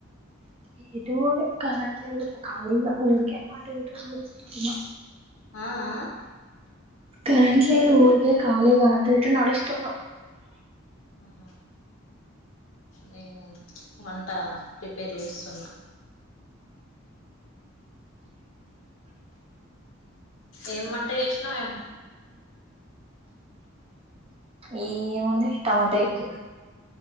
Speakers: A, on the right; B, on the left.
A: ఏటు పోలే కరెంట్ లేదు ఖళీగా ఊరికే అటూఇటూ చూస్తుంనా
B: ఆ ఆ
A: కరంట్లేదు ఉరికే ఖాళీగా అటు ఎటు నడుస్తున్నా
B: ఆహా నేను వంట ప్రిపేర్ చేస్త న్నా ఏం వంట చేసినావ్ ఏమో
A: ఏ ఏం ఉంది టమాటా ఎగ్